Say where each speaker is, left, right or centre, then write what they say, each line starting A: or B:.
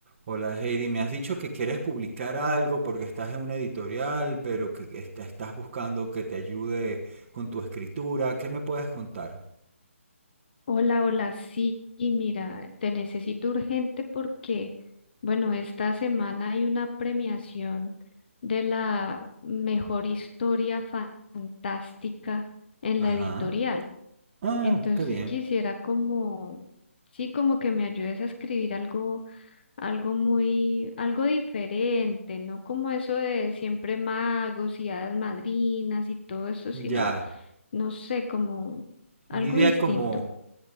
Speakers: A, on the right; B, on the left.
A: Hola Heidi, me has dicho que quieres publicar algo porque estás en una editorial, pero que est- estás buscando que te ayude con tu escritura. ¿Qué me puedes contar?
B: Hola, hola, sí, y mira, te necesito urgente porque, bueno, esta semana hay una premiación de la mejor historia fa- fantástica en
A: Ajá.
B: la editorial.
A: Ah,
B: Entonces
A: qué bien.
B: quisiera como, sí, como que me ayudes a escribir algo, algo muy, algo diferente, no como eso de siempre magos y hadas madrinas y todo eso, sino,
A: Ya.
B: no sé, como algo
A: Una idea
B: distinto.
A: como